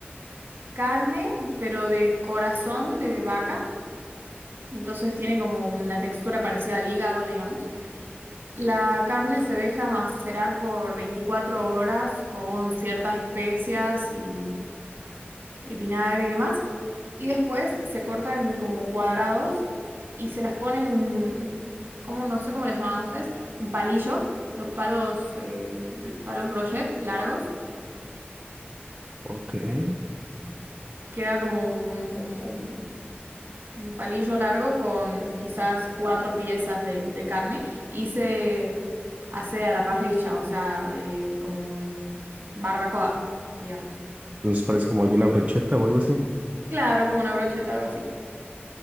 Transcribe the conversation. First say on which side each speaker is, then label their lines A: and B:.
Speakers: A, on the right (about 55°); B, on the right (about 30°).
A: carne, pero de corazón de vaca, y entonces tiene como una textura parecida al hígado, digamos. La carne se deja macerar por 24 horas con ciertas especias y, y vinagre y demás. Y después se cortan como cuadrados y se las ponen un, ¿cómo? No sé cómo les llaman ustedes, un palillo, los palos, eh, palos brochet largos.
B: Ok. Entonces
A: Queda como un, un- un Un palillo largo con quizás cuatro piezas de, de carne y se hace a la parrilla, o sea, eh, como barbacoa, digamos.
B: parece como alguna brocheta o algo así.
A: Claro, como una brocheta, algo así.